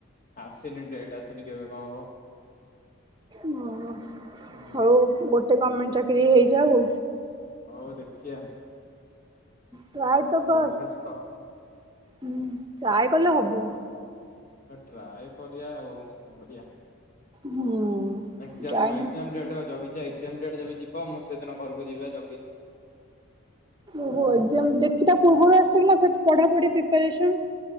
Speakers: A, on the left (about 35°); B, on the right (about 20°).
A: ଆସିନି ଡେଟ୍ ଆସିନି କେବେ କଣ ହବ?
B: ମୁଁ,
A: ହୁଁ
B: ହଉ ଗୋଟେ ଗମେଣ୍ଟ ଚାକିରି ହେଇଯାଉ।
A: ହଉ ଦେଖିଆ।
B: ଟ୍ରାଏ ତ
A: ହଉ
B: କର,
A: ଫାଷ୍ଟ
B: ହୁଁ, ଟ୍ରାଏ କଲେ ହବ।
A: ତ ଟ୍ରାଏ କରିବା ଆଉ କରିବା,
B: ହୁଁ
A: ଏଗ୍ଜାମ୍
B: ଟ୍ରାଏ
A: ଏଗ୍ଜାମ୍
B: ନା
A: ଡେଟ୍ ପା ଜଗିଚି ଆଇ ଏଗ୍ଜାମ୍ ଡେଟ୍ ଯେବେ ଯିବ ମୁଁ ସେଦିନ ଘରକୁ ଯିବି ପା ଜଗିଚି।
B: ଓହୋ ଏଗ୍ଜାମ୍ ଦେଖି ତା ପୂର୍ବରୁ ଆସିଲୁ ନା <unintelligible> ପଢାପଢି ପ୍ରିପାରେସନ୍